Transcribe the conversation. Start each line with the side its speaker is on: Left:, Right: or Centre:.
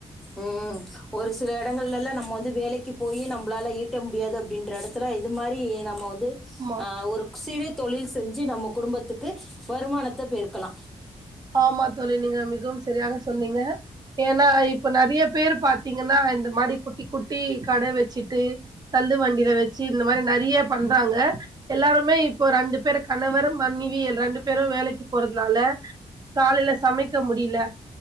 Centre: ம் ஒரு சில எடங்கள்லல்லா நம்ம வந்து வேலைக்கு போயி நம்பளால ஈட்ட முடியாது அப்டின்ற எடத்துல இது மாரி நம்ம வந்து
Right: ஆமா
Centre: அ ஒரு சிறு தொழில் செஞ்சு நம்ம குடும்பத்துக்கு வருமானத்த பெருக்கலா
Right: ஆமா தோழி நீங்க மிகவும் சரியாக சொன்னீங்க ஏன்னா இப்ப நெறைய பேரு பாத்தீங்கன்னா இந்த மாடி குட்டி குட்டி கட வச்சுட்டு தள்ளு வண்டியில வச்சு இந்த மாரி நறிய பண்றாங்க எல்லாருமே இப்போ ரெண்டு பேரு கணவரும் மனைவி ரெண்டு பேரு வேலைக்கு போறதுனால காலையில சமைக்க முடியில